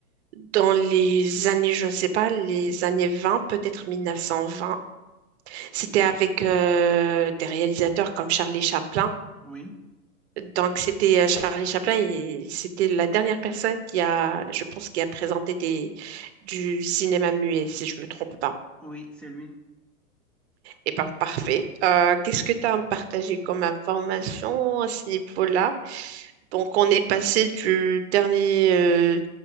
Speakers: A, on the right (about 50°); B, in the centre.
A: dans les années, je ne sais pas, les années 20 peut-être 1920. C'était avec euh, des réalisateurs comme Charlie Chaplin
B: oui,
A: Donc, c'était euh, Charlie Chaplin et c'était la dernière personne qui a, je pense, qui a présenté des, du cinéma muet, si je ne me trompe pas.
B: oui, c'est lui.
A: Eh bien, parfait. Euh, qu'est-ce que tu as à me partager comme information à ce niveau-là? Donc, on est passé du dernier, euh,